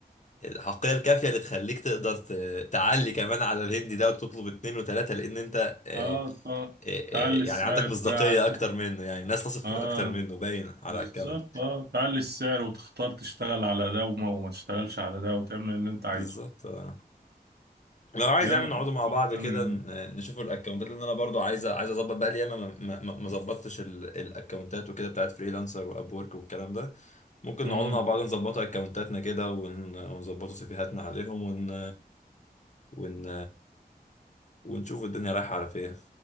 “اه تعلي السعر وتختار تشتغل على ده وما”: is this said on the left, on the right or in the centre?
Right